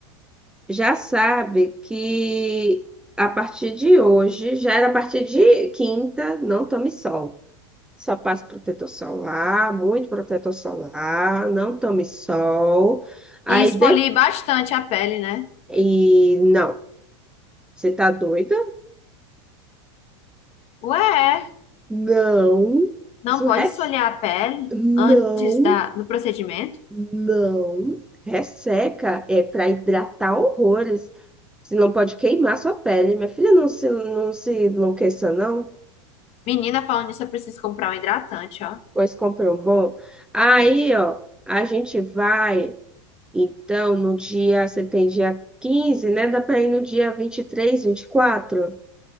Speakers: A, in the centre; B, on the left.
A: Já sabe que a partir de hoje, já era a partir de quinta, não tome sol. Só passo protetor solar, muito protetor solar, não tome sol. Aí
B: E esfolie
A: de...
B: bastante a pele, né?
A: e não, você tá doida?
B: Ué, é.
A: Não.
B: não
A: Isso
B: pode
A: res...
B: esfoliar a pele
A: não,
B: antes da, do procedimento?
A: não. Resseca é para hidratar horrores. Você não pode queimar sua pele. Minha filha, não se, não se enlouqueça, não.
B: Menina, falando nisso, eu preciso comprar um hidratante, ó.
A: Pois compre um bom. Aí, ó, a gente vai. Então, no dia, você tem dia 15, né? Dá para ir no dia vinte vinte e três, vinte e quatro.